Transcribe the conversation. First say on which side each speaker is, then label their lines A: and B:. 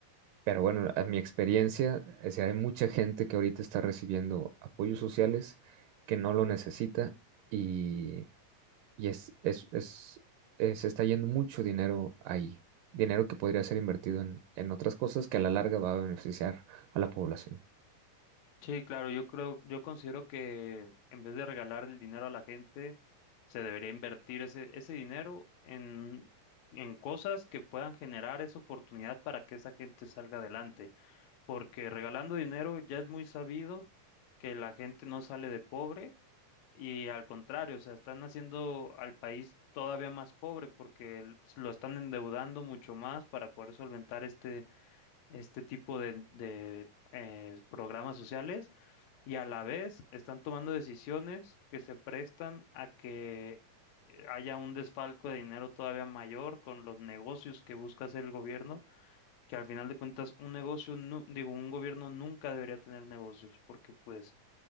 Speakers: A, on the right; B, on the left.
A: Pero bueno, a mi experiencia, es decir, hay mucha gente que ahorita está recibiendo apoyos sociales que no lo necesita y, y es, es, es, eh, se está yendo mucho dinero ahí, dinero que podría ser invertido en, en otras cosas que a la larga va a beneficiar a la población.
B: Sí, claro, yo creo, yo considero que en vez de regalar el dinero a la gente, se debería invertir ese, ese dinero en, en cosas que puedan generar esa oportunidad para que esa gente salga adelante. Porque regalando dinero ya es muy sabido que la gente no sale de pobre y al contrario, o sea, están haciendo al país todavía más pobre porque el- lo están endeudando mucho más para poder solventar este este tipo de, de, eh, programas sociales y a la vez están tomando decisiones que se prestan a que eh, haya un desfalco de dinero todavía mayor con los negocios que busca hacer el gobierno, que al final de cuentas un negocio, nu- digo, un gobierno nunca debería tener negocios, porque pues